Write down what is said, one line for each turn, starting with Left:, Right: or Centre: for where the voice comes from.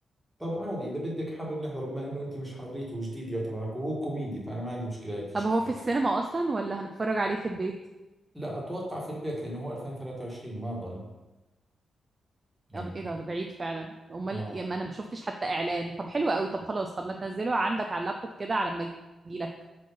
Centre: طب عادي اذا بدك حابب نحضر بما انه انت مش حاضريته وجديد يعتبر عليك وهو كوميدي فانا ما عندي مشكله هيك شيء
Right: طب هو في السينما اصلا ولا هنتفرج عليه في البيت
Centre: لا اتوقع في البيت لانه هو 2023 ما ضل يعني
Right: ايه ده ده بعيد فعلا امال
Centre: اه
Right: إيه، ما انا ما شفتش حتى اعلان طب حلو قوي طب خلاص طب ما تنزله عندك على اللابتوب كده على ما اجيلك